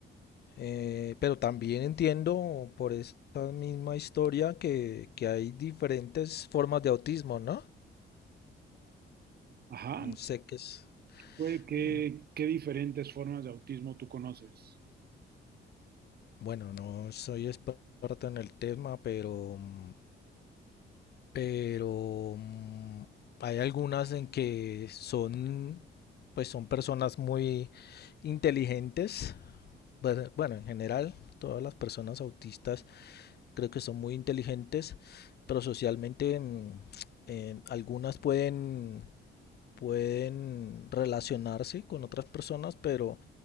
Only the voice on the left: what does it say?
eh, pero también entiendo por esa misma historia que, que hay diferentes formas de autismo, ¿no?
Mm, Sé que es,
eh,
bueno, no soy experto en el tema, pero, mm, pero mm, hay algunas en que son, pues son personas muy inteligentes. Bueno, bueno, en general, todas las personas autistas creo que son muy inteligentes, pero socialmente mm, <tsk> eh, algunas pueden pueden relacionarse con otras personas, pero